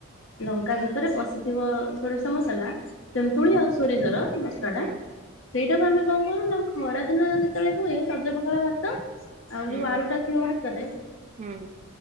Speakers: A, on the left (about 65°); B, on the right (about 35°).
A: ଲଙ୍କା ଭିତରେ ପଶିଥିବ ସୋରିଷ ମସଲା ତନ୍ତୁଳି ଆଉ ସୋରିଷର ମସଲାଟା
B: ହୁଁ
A: ସେଇଟାକୁ ଆମେ କଣ କରୁ ନା ଖରାଦିନ ଯେତେବେଳେ ହୁଏ ସଜପଖାଳ ଭାତ ଆଉ
B: ହୁଁ
A: ଯୋଉ ଆଳୁଟା ଥିବ ଭାତରେ,
B: ହୁଁ